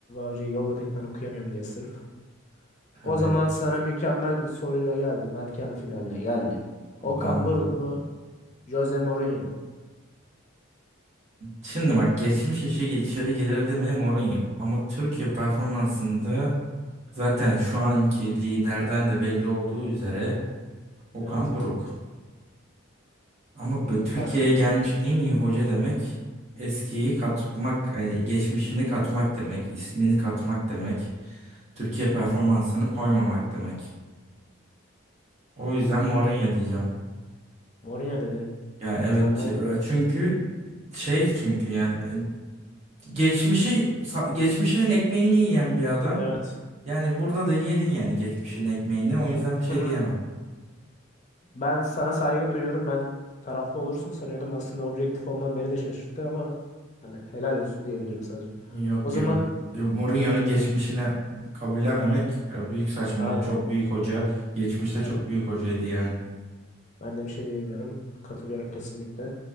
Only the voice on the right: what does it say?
Evet.
Okan
Buruk.
Şimdi bak geçmiş işi içeri girdi mi Mourinho. Ama Türkiye performansında zaten şu anki liderden de belli olduğu üzere Okan
Buruk. Ama bu-
Türkiye'ye gelmiş en iyi hoca demek eskiyi katmak, e, geçmişini katmak demek, ismini katmak demek, Türkiye performansını koymamak demek. O yüzden Mourinho diyeceğim.
Ya evet
e, çünkü şey çünkü yani e, geçmişi sa- geçmişinin ekmeğini yiyen bir adam.
Yani burada da yedin yani geçmişin ekmeğini. O yüzden bir
şey diyemem.
Yok
ya e, Mourinho'nun geçmişini kabullenmemek ya büyük saçmalık.
Çok büyük hoca. Geçmişte
çok büyük hocaydı yani.